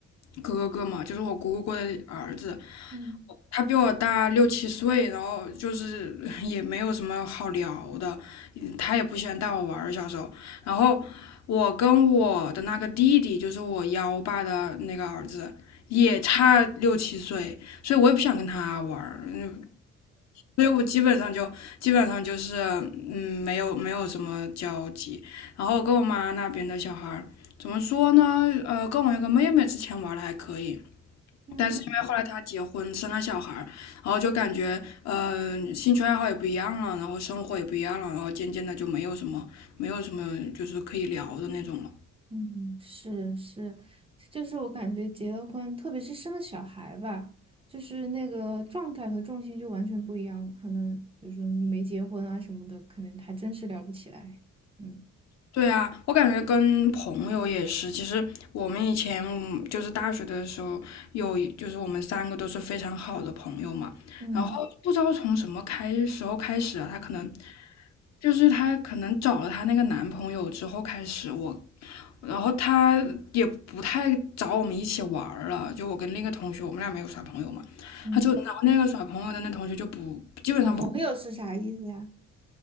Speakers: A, on the left (about 60°); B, on the right (about 20°).
A: 哥哥嘛，就是我姑姑过的儿子，
B: 嗯
A: 他比我大六七岁，然后就是 <laughs> 也没有什么好聊的，嗯他也不喜欢带我玩儿，小时候。然后我跟我的那个弟弟，就是我幺爸的那个儿子，也差六七岁，所以我也不想跟他玩儿，嗯所以我基本上就基本上就是嗯，没有没有什么交集。然后跟我妈那边的小孩儿怎么说呢？呃，跟我那个妹妹之前玩的还可以，
B: <laughs>。嗯。
A: 但是因为后来她结婚生了小孩儿，然后就感觉呃兴趣爱好也不一样了，然后生活也不一样了，然后渐渐的就没有什么没有什么就是可以聊的那种了。
B: 嗯，是是，就是我感觉结了婚，特别是生了小孩吧，就是那个状态和重心就完全不一样了。可能比如说你没结婚啊什么的，可能还真是聊不起来。嗯
A: 对啊，我感觉跟朋友也是。其实我们以前嗯就是大学的时候，有一就是我们三个都是非常好的朋友嘛。
B: 嗯
A: 然后不知道从什么开时候开始啊，她可能就是她可能找了她那个男朋友之后开始我，然后她也不太找我们一起玩儿了。就我跟另一个同学，我们俩没有耍朋友嘛，
B: 嗯
A: 她就然后那个耍朋友的那同学就不基本上不跟
B: 耍朋友是啥意思呀？